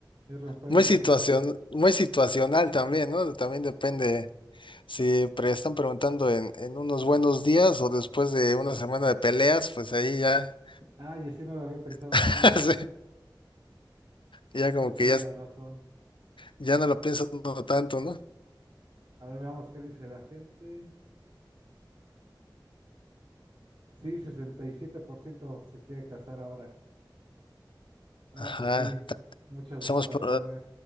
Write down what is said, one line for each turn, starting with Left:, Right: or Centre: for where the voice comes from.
Right: es romper
Left: Muy
Right: o
Left: situación,
Right: no.
Left: muy situacional también, ¿no? También depende si pre- están preguntando en, en unos buenos días o después de una semana de peleas, pues ahí ya,
Right: Ay, sí, no lo había pensado
Left: <laughs>
Right: así, ¿eh?
Left: sí, ya
Right: Tienes
Left: como que
Right: toda
Left: ya,
Right: la razón.
Left: ya no lo pienso tanto, ¿no?
Right: A ver, veamos qué dice la gente. Sí, 67% se quiere casar ahora. Ah,
Left: Ajá.
Right: pues sí,
Left: ta-
Right: muchas
Left: Somos,
Right: bodas
Left: pa-
Right: va a haber.